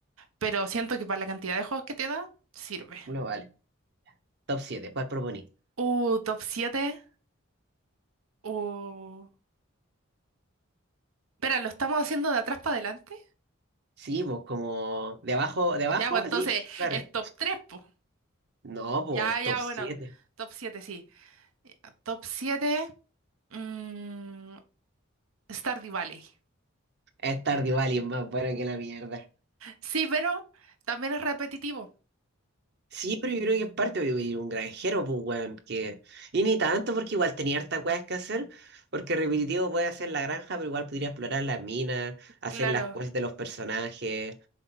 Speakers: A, on the right; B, on the right.
A: Pero siento que para la cantidad de juegos que te da, sirve.
B: No vale. Top siete. ¿cuál proponí?
A: Uh, top siete Uh. Espera, ¿lo estamos haciendo de atrás para adelante?
B: Sí, pues como de abajo, de abajo,
A: Ya, pues
B: así,
A: entonces
B: sh, barre.
A: es top 3, pues.
B: No, pues
A: Ya, ya,
B: top siete
A: bueno. Top siete sí. Eh, Top 7, mm, Stardew Valley.
B: Es Stardew Valley es más bueno que la mierda.
A: Sí, pero también es repetitivo.
B: Sí, pero yo creo que es parte de vivir un granjero, pues, weón, que... Y ni tanto, porque igual tenía hartas weas que hacer, porque repetitivo puede hacer la granja, pero igual podría explorar las minas, hacer
A: Claro.
B: las quests de los personajes,